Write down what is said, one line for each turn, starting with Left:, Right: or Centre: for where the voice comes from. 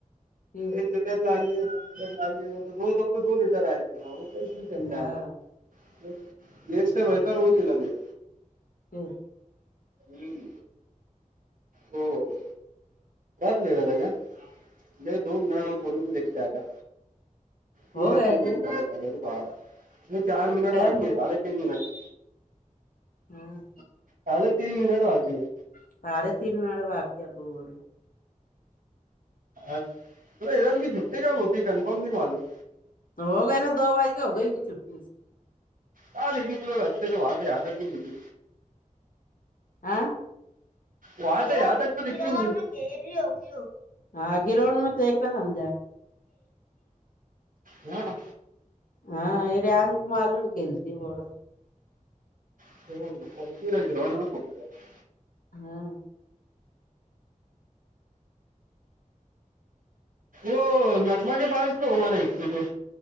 Left: फिर
Right: एक लिटर डालीयेगा दो लिटर लालीयेगा दो दो लिटर आएगा
Left: हाँ
Right: देश से बेहतर हो ना ते
Left: हम.
Right: हम्म. हो हो. ले गया था क्या नाही, दो मीनट मैं पोर् देखते आया तीन
Left: हो गया क्या
Right: ये चाले झाले बार चार मिनट
Left: टाइम
Right: बाकी हैत
Left: हो
Right: झाले, तीन मिनट बार
Left: हम्.
Right: साडे तीन मिनिट बाकी ए
Left: साडे तीन म्या बाकी आ बुड
Right: अल इरान की छुट्टी कब होती, कन्फर्म नाही मालूम
Left: हो गया ना तो भाई हो गयी छट्टी
Right: हा देखी तो पूरे रस्तेसे वाे आता देखा
Left: आ
Right: वहां
Left: तो
Right: से यहाँ तक तो दिखी
Left: इराण
Right: नहीं
Left: े हा गिरोवड मजे एक ना समजा
Right: नहीं.
Left: हा इराण क्या मालूम खेलती रोड
Right: हो ग <unintelligible>
Left: हा.
Right: ओ नजमाच्या बाज को होवा नाही इतने दीन